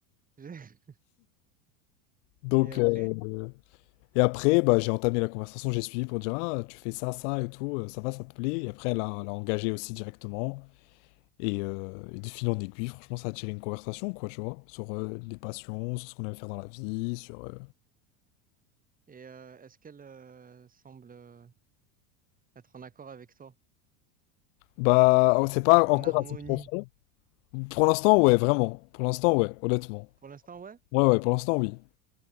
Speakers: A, on the right; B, on the left.
A: <laughs>
B: Donc,
A: Et après?
B: euh, et après, bah, j'ai entamé la conversation, j'ai suivi pour dire Ah, tu fais ça, ça et tout, euh, ça va, ça te plaît. Et après, elle a, elle a engagé aussi directement. Et, euh, et de fil en aiguille, franchement, ça a attiré une conversation, quoi, tu vois, sur euh, les passions, sur ce qu'on aime faire dans la vie, sur... euh,
A: Et euh, est-ce qu'elle euh, semble euh, être en accord avec toi?
B: Bah, oh, c'est pas
A: En
B: encore
A: harmonie?
B: assez profond. Pour l'instant, ouais, vraiment. Pour l'instant, ouais, honnêtement.
A: Pour l'instant, ouais?
B: Ouais, ouais, pour l'instant, oui.